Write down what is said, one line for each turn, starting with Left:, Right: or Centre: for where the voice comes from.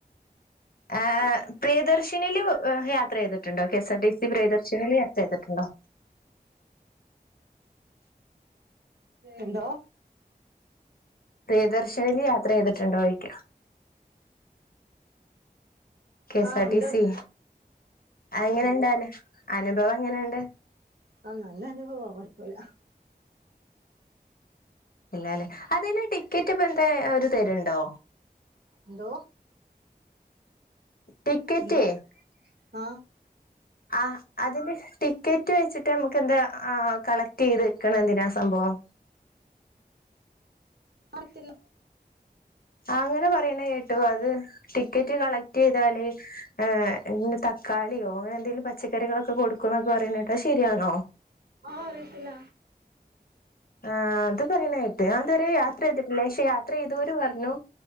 Left: ഹ പ്രിയദർശിനീല് യാത്ര ചെയ്തിട്ടുണ്ടോ K S R T C പ്രിയദർശിനീല് യാത്ര ചെയ്തിട്ടുണ്ടോ
Right: എന്തോ
Left: പ്രിയദർശിനീൽ യാത്ര ചെയ്തിട്ടുണ്ടോ ചോയിക്കാ കെ എസ്
Right: ആഹ
Left: ആർ
Right: ഉ <unintelligible>
Left: ടി
Right: ണ്ട്
Left: സി
Right: ഉണ്ട്
Left: അതെങ്ങനെണ്ട് അന അനുഭവം എങ്ങനെണ്ട്
Right: ആഹ നല്ല അനുഭവ കൊഴപ്പല്ല
Left: ഇല്ലല്ലേ അതിന്ന് ടിക്കറ്റ് ഇപ്പ എന്താ ഒരു തരുണ്ടോ
Right: എന്തോ
Left: ടിക്കറ്റ്
Right: എന്തോ ആഹ
Left: ആ അതിന്റെ ടിക്കറ്റ് വെച്ചിട്ട് നമുക്ക് എന്താ ആ കളക്ട് ചെയ്ത് വെക്ക്ണ എന്തിനാ സംഭവം
Right: അറിയത്തില്ല
Left: ആ അങ്ങനെ പറയ്ണെ കേട്ടു അത് ടിക്കറ്റ് കളക്ട് ചെയ്താല് ഏ എന്താ തക്കാളിയോ അങ്ങനെ എന്തെങ്കിലും പച്ചക്കറികളൊക്കെ കൊടുക്കും എന്നൊക്കെ പറിയ്ണെ കേട്ട് അഹ് ശരിയാണോ
Right: ഓ അറിയത്തില്ല
Left: ആഹ അത് പറയ്ണേട്ട് ഞാൻ ഇതുവരെ യാത്ര ചെയ്തിട്ടില്ല യാത്ര ചെയ്തോര് പറഞ്ഞു